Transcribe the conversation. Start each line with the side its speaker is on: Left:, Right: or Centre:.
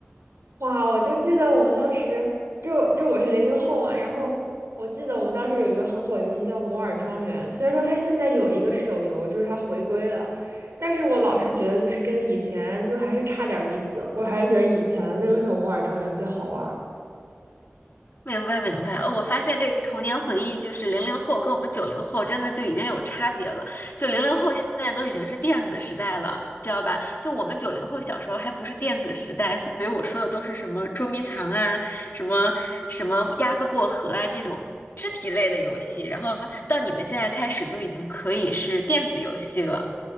Right: 哇，我就记得我们当时就就我是零零后嘛，然后我记得我们当时有一个很火的游戏叫《摩尔庄园》，虽然说它现在有一个手游，就是它回归了，但是我老是觉得就是跟以前就还是差点意思，我还是觉得以前那个时候《摩尔庄园》最好玩
Left: 明白明白，哦我发现这个童年回忆就是零零后跟我们九零后真的就已经有差别了。就零零后现在都已经是电子时代了，知道吧？就我们九零后小时候还不是电子时代，所以我说的都是什么捉迷藏啊，什么什么鸭子过河啊这种肢体类的游戏。然后到你们现在开始就已经可以是电子游戏了，